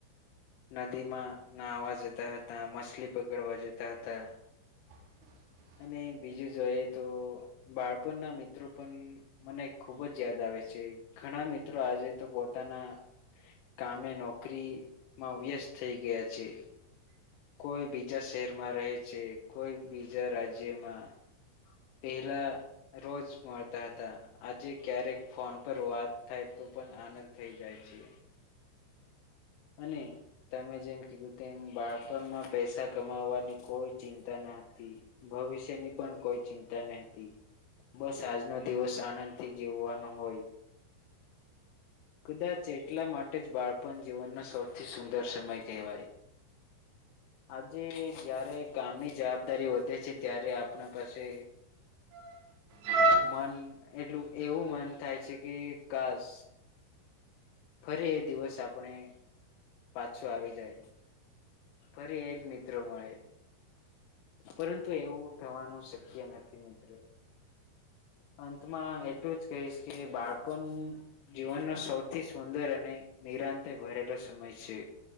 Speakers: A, on the left; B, on the right.
A: નદીમાં નહવા જતા હતા, માછલી પકડવા જતા હતા.
B: <unintelligible> <inaudible>
A: અને બીજું જોઈએ, તો બાળપણ ના મિત્રો પણ મને ખુબ જ યાદ આવે છે. ઘણા મિત્રો આજે તો પોતાના કામે નોકરી માં વ્યસ્ત થઈ ગયા છે. કોઈ બીજા શહેરમાં રહે છે, કોઈ બીજા રાજ્યમાં પેલા રોજ મળતા હતા, આજે ક્યારેક ફોન પર વાત થાય તો. પણ આનંદ થઈ જાય છે. અને તમે જેમ કીધું તેમ બાળપણમાં પૈસા કમાવાની કોઈ ચિંતા નથી. ભવિષ્યની પણ કોઈ ચિંતા ન હતી. બસ આજનો દિવસ આનંદથી જીવવાનો હોય. કદાચ એટલા માટે જ બાળપણ જીવનનો સૌથી સુંદર સમય કહેવાય. આજે જારે કામની જવાબદારી વધે છે, ત્યારે આપણા પાસે
B: હ <inaudible>
A: મન એટલું એવું મન થાય છે, કે કાસ ફરી એ દિવસ આપણે. પાછું આવી જાય ફરી એજ મિત્રો મળે. પરંતુ એવું થવાનું શક્ય નથી મિત્રો. અંતમાં એટલું જ કહીશ કે બાળપણ જીવનનો સૌથી સુંદર અને નિરાંતે ભરેલો સમય છે,